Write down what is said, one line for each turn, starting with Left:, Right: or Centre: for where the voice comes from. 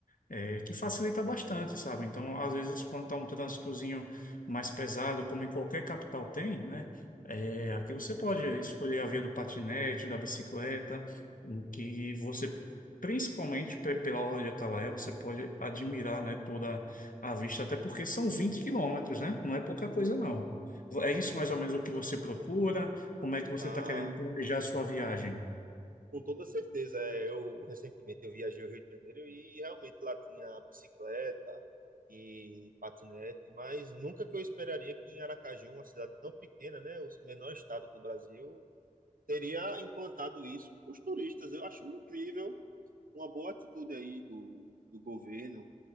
Left: é, que facilita bastante, sabe? Então, às vezes, quando está um trânsitozinho mais pesado, como em qualquer capital tem, né? É, aqui você pode
Right: Sim,
Left: escolher a via do patinete, da bicicleta, em que você, principalmente pe- pela Orla de Atalaia, você pode admirar, né, toda a vista, até porque são 20 quilômetros, né? Não é pouca coisa, não. É
Right: sim,
Left: isso mais
Right: sim.
Left: ou menos o que você procura? Como é que você
Right: Ah,
Left: está querendo planejar a sua viagem?
Right: Com toda certeza, é, eu recentemente eu viajei ao Rio de Janeiro e realmente lá tinha bicicleta e patinete, mas nunca que eu esperaria que em Aracaju, uma cidade tão pequena, né, o menor estado do Brasil, teria implantado isso para os turistas. Eu acho incrível, uma boa atitude aí do, do governo,